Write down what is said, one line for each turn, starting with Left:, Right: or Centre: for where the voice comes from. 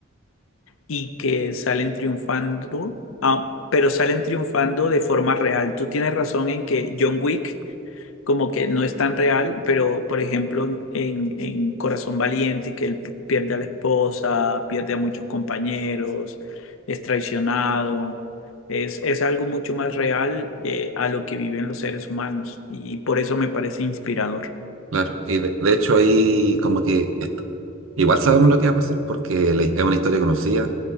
Left: y que salen triunfando, ah, pero salen triunfando de forma real. Tú tienes razón en que John Wick como que no es tan real, pero por ejemplo en, en Corazón Valiente, que él pierde a la esposa, pierde a muchos compañeros, es traicionado, es, es algo mucho más real eh, a lo que viven los seres humanos y por eso me parece inspirador.
Right: Claro. Y de, de hecho ahí como que esto. Igual sabemos lo que va a pasar porque la- es una historia conocida.